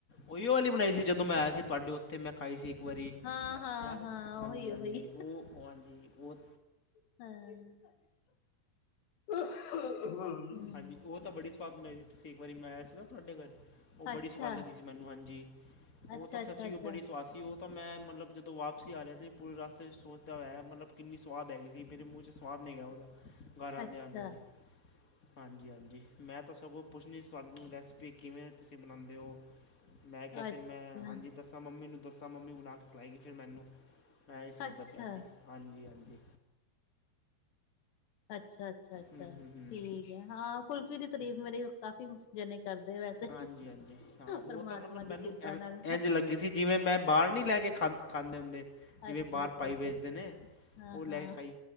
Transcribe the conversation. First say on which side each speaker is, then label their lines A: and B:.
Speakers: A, on the left (about 25°); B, on the left (about 80°).
A: ਉਈਓ ਵਾਲੀ ਬਣਾਈ ਸੀ, ਜਦੋਂ ਮੈਂ ਆਏਆ ਸੀ ਤੁਹਾਡੇ ਉੱ ਉੱਥੇ ਮੈਂ ਖਾਈ ਸੀ ਇੱਕ ਵਾਰੀ,
B: ਹਾਂ ਹਾਂ
A: ਯਾਦ ਏ?
B: ਹਾਂ
A: ਹਾਂਜੀ-ਹਾਂਜੀ
B: ਉਹੀ ਉਹੀ
A: ਉਹ ਓ ਹਾਂਜੀ ਉਹ
B: ਹਾਂ।
A: ਹਾਂਜੀ ਉਹ ਤਾਂ ਬੜੀ ਸਵਾਦ ਬਣਾਈ ਸੀ ਤੁਸੀਂ ਇੱਕ ਵਾਰੀ ਮੈਂ ਆਇਆ ਸੀ ਨਾ ਤੁਹਾਡੇ ਘਰ। ਓ ਬੜੀ
B: ਅੱਛਾ
A: ਸਵਾਦ ਲੱਗੀ ਸੀ ਮੈਨੂੰ, ਹਾਂਜੀ। ਉਹ
B: ਅੱਛਾ
A: ਤਾਂ, ਸੱਚੀ
B: ਅੱਛਾ ਅੱਛਾ
A: ਓ ਬੜੀ ਸਵਾਦ ਸੀ। ਓ ਤਾਂ ਮੈਂ ਮਤਲਬ ਜਦੋਂ ਵਾਪਸੀ, ਆ ਰਿਆ ਸੀ, ਪੂਰੇ ਰਿਸਤੇ 'ਚ ਸੋਚਦਾ ਆਯਾ, ਮਤਲਬ ਕਿੰਨੀ ਸਵਾਦ ਹੈਗੀ ਸੀ, ਮੇਰੇ ਮੂੰਹ 'ਚ ਸੁਵਾਦ ਨਹੀਂ ਗਿਆ ਉਹਦਾ, ਘਰ ਆਦੇ-
B: ਅੱਛਾ
A: ਆਦੇ- ਆਦੇ। ਹਾਂਜੀ ਹਾਂਜੀ ਮੈਂ ਤਾਂ ਸਗੋਂ ਪੁੱਛਣੀ ਤੁਹਾਨੂੰ ਰੈਸਪੀ ਕਿਵੇਂ ਤੁਸੀਂ ਬਣਾਉਂਦੇ ਓ। ਮੈਂ
B: ਅੱਛਾ
A: ਕੇਹਾ
B: ਅੱਛਾ
A: ਫੇਰ ਮੈਂ, ਹਾਂਜੀ ਦੱਸ ਮੰਮੀ ਨੂੰ ਦੱਸਾਂ ਮੰਮੀ ਬਣਾ ਕੇ ਖਿਲਾਏਗੀ ਫੇਰ ਮੈਨੂੰ, ਮੈਂ ਇਹ ਸੋਚਦਾ
B: ਅੱਛਾ
A: ਪਿਆ ਸੀ ਹਾਂਜੀ-ਹਾਂਜੀ।
B: ਅੱਛਾ-ਅੱਛਾ-ਅੱਛਾ
A: ਹੂੰ ਹੂੰ ਹੂੰ
B: ਠੀਕ ਏ ਹਾਂ। ਕੁਲਫੀ ਦੀ ਤਰੀਫ਼ ਮੇਰੇ ਕਾਫੀ ਜਨੇ ਕਰਦੇ ਏ ਵੈਸੇ,
A: ਹਾਂਜੀ ਹਾਂਜੀ ਹਾਂ ਉਹ
B: ਪਰਮਾਤਮਾ
A: ਤਾਂ ਮਤਲਬ ਮੈਨੂੰ
B: ਦੀ ਕਿਰਪਾ
A: ਐਵੇਂ-
B: ਨਾਲ
A: ਇੰਝ ਲੱਗੀ ਸੀ ਜਿਵੇਂ ਮੈਂ ਬਾਹ ਪਾਣੀ ਲੈ ਕੇ ਖਾਂ ਖਾਂਦੇ ਹੁੰਦੇ ਜਿਵੇਂ
B: ਅੱਛਾ
A: ਬਾਹਰ
B: ਅੱਛਾ
A: ਪਾਈ
B: ਅੱਛਾ
A: ਵੇਚਦੇ ਨੇ
B: ਹਾਂ
A: ਉਹ ਲੈ
B: ਹਾਂ
A: ਕੇ ਖਾਈ